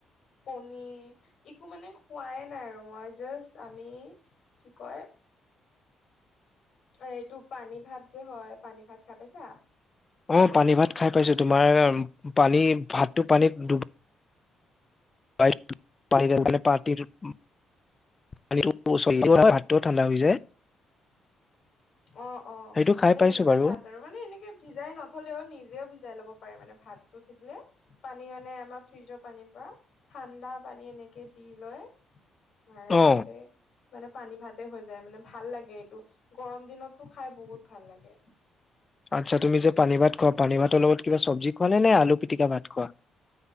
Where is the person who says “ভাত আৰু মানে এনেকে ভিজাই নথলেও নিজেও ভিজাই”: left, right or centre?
Left